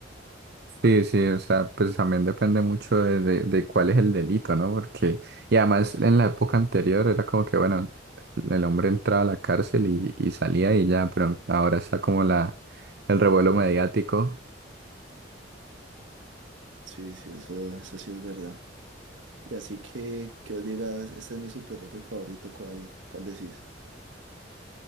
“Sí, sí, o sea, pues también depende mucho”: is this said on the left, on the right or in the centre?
Right